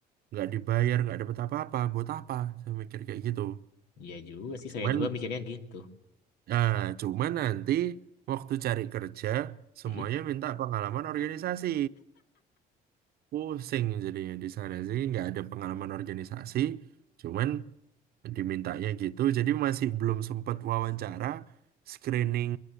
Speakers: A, on the right; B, on the left.
A: nggak dibayar nggak dapet apa-apa buat apa saya mikir kayak gitu
B: Iya juga sih,
A: cuman
B: saya juga mikirnya gitu.
A: ah cuman nanti waktu cari kerja semuanya
B: Mm-mm.
A: minta pengalaman organisasi pusing jadinya di sana sih nggak ada pengalaman organisasi cuman dimintanya gitu jadi masih belum sempat wawancara screening